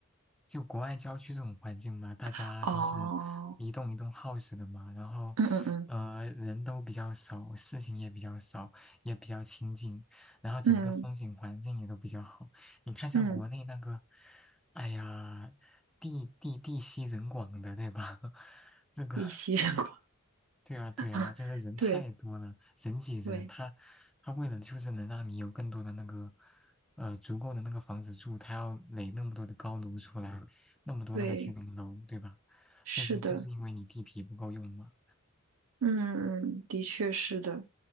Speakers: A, in the centre; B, on the right.
A: 就国外郊区这种环境嘛，大家都是一栋一栋
B: <laughs> 哦，
A: house 的嘛，然后，
B: 嗯嗯嗯
A: 呃，人都比较少，事情也比较少，也比较清静，然后整个风景环境也都比较好。
B: 嗯
A: 你看像国内那个，
B: 嗯，
A: 哎呀，地地地稀人广的，对吧？<laughs> 这个。
B: 以息人观
A: 对啊，对啊，
B: <laughs> 啊，
A: 就是人太多了，
B: 对
A: 人挤人，
B: 对
A: 他他为了就是能让你有更多的那个，呃，足够的那个房子住，他要垒那么多的高楼出来，那么多那个居民楼，
B: 对，
A: 对吧？
B: 是的，
A: 就是就是因为你地皮不够用嘛。
B: 嗯，的确是的。